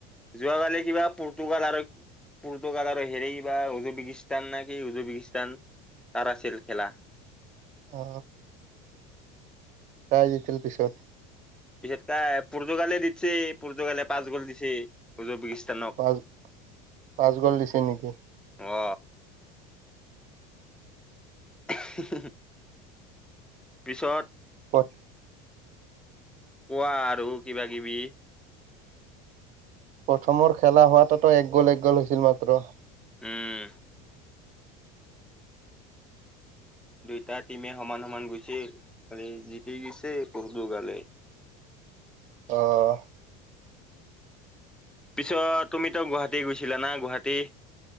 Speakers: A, in the centre; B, on the right.
A: যোৱাকালি কিবা পৰ্তুগালক আৰু পৰ্তুগাল হেৰি বা উজুবেকিস্তান নে কি উজুবেকিস্তান তাৰ আছিল খেলা।
B: অ। কোন জিকিল পিছত।
A: পিছত কাই পুৰ্তুগালে দিছে পুৰ্তুগালে পাঁচ গ'ল দিছে উজুবেকিস্তানক।
B: পাঁচ পাঁচ গ'ল দিছে নেকি?
A: অ। হু হু হুম' পিছত-
B: কত?
A: কোৱা আৰু কিবা কিবি।
B: প্ৰথমৰ খেলা হোৱাতো তোৰ এক গ'ল এক গ'ল হৈছিল মাত্ৰ।
A: উম দুইটা টিমে সমান সমান গৈছে, খালি জিতি গৈছে পৰ দু গালে।
B: অ'
A: পিছত তুমিতো গুৱাহাটী গৈছিলা না গুৱাহাটী।